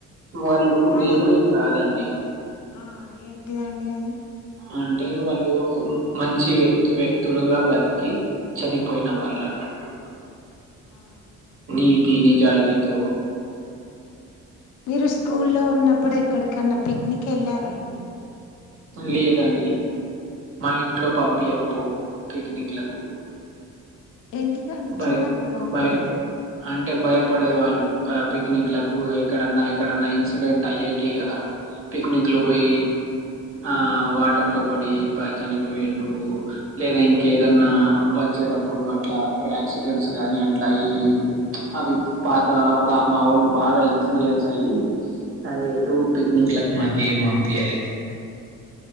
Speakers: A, on the right (about 45°); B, on the left (about 75°).
A: వాళ్ళు
B: ఆడా
A: దేవుడేం కాదండి
B: ఆ ఆ ఏంటిదండి అది
A: అంటే వాళ్ళు మంచి వ్యక్తి వ్యక్తులుగా బతికి చనిపోయిన వాళ్ళన్నట్టు
B: ఆ
A: నీతి నిజాయితీ తో
B: మీరు స్కూల్లో ఉన్నప్పుడు ఎక్కడికన్నా పిక్నిక్ వెళ్ళారా అండి
A: లేదండి మా ఇంట్లో పంపింయకపోవు పిక్నిక్లకు
B: ఎందుకండి
A: భయ
B: చిన్నప్పుడు పంపియలేదా
A: భయ అంటే భయపడే వాళ్ళు ఆ పిక్నిక్ లకు ఎక్కడన్నా ఎక్కడన్నా ఇన్సిడెంట్ అయ్యేటి కదా పక్నిక్ లు ఒయి
B: ఆ
A: ఆ వాటర్ లో పడి ప చనిపోయిండ్రు లేదా ఇంకేదన్నా వచ్చేటప్ ప్పుడు అట్లా యా ఆక్సిడెంట్స్ గానీ అట్లయి అవి ఇపు పాత బా మావోలు బాగా ఇన్ఫ్లుయెన్స్ అయి అదే టు పిక్నిక్ లకు మాకి ఏం బంపియలే